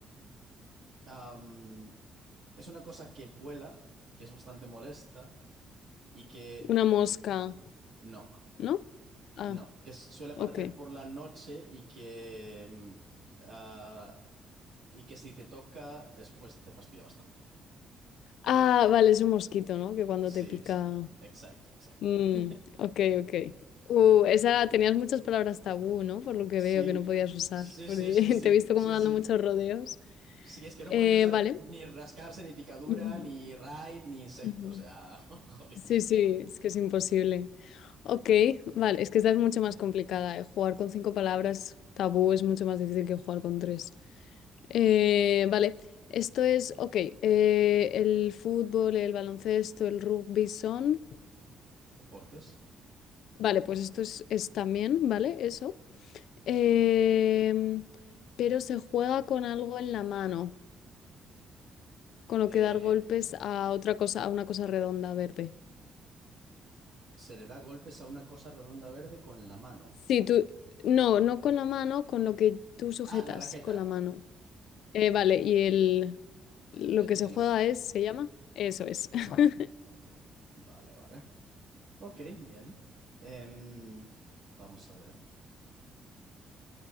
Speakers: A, on the right; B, on the left.
A: am, es una cosa que vuela, que es bastante molesta y que
B: Una mosca,
A: no,
B: ¿no? Ah,
A: no, que suele aparecer
B: ok.
A: por la noche y que mm, ah, y que si te toca después te fastidia bastante.
B: Ah, vale, es un mosquito, ¿no? Que cuando
A: Sí,
B: te pica...
A: exacto, exacto, exacto.
B: Mm,
A: <laughs>
B: ok, ok. Uh, esa tenías muchas palabras tabú, ¿no? Por lo que
A: Sí,
B: veo que no podías usar.
A: sí,
B: porque
A: sí, sí, sí,
B: <laughs> te he visto
A: sí,
B: como dando
A: sí.
B: muchos rodeos.
A: Sí, es que no
B: Eh,
A: podía usar
B: vale.
A: ni rascarse, ni picadura,
B: Ujú,
A: ni raid, ni insecto.
B: ujú.
A: O sea, <laughs> jolín.
B: Sí, sí, es que es imposible. Ok, vale, es que esta es mucho más complicada. eh. Jugar con cinco palabras tabú es mucho más difícil que jugar con tres. Eh, vale, esto es, ok, eh, el fútbol, el baloncesto, el rugby son...
A: Deportes.
B: Vale, pues esto es, es también, ¿vale? Eso.
A: Ujú.
B: Em, pero se juega con algo en la mano, con lo
A: Eh,
B: que dar golpes a otra cosa, a una cosa redonda verde.
A: se le da golpes a una cosa redonda verde con la mano.
B: Sí, tú, no, no con la mano, con lo que tú sujetas
A: Ah, la raqueta.
B: con la mano. Eh, vale, y el, lo
A: El
B: que se
A: tenis.
B: juega es, ¿se llama? Eso es. <laughs>
A: Ok. Vale, vale. Ok, bien. Em, vamos a ver.